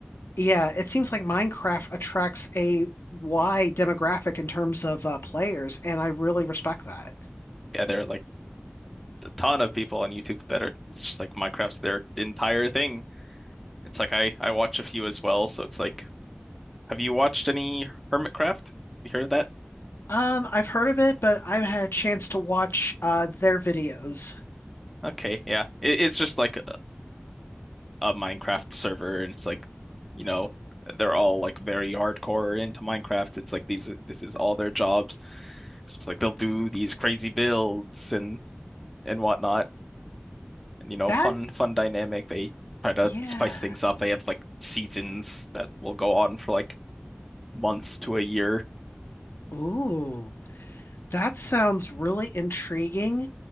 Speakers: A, on the left (about 80°); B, in the centre.
A: yeah, it seems like Minecraft attracts a wide demographic in terms of uh, players, and I really respect that.
B: Yeah, there are like a ton of people on YouTube that are, it's just like Minecraft's their entire thing. It's like I I watch a few as well, so it's like, have you watched any Hermitcraft? You heard of that?
A: Um, I've heard of it, but I've had a chance to watch uh, their videos.
B: Okay, yeah. It, it's just like a Minecraft server, and it's like, you know, they're all like very hardcore into Minecraft. It's like these this is all their jobs. So it's like they'll do these crazy builds and and whatnot, and you know,
A: That,
B: fun fun dynamic. They try to
A: yeah.
B: spice things up. They have like seasons that will go on for like months to a year.
A: Ooh, that sounds really intriguing.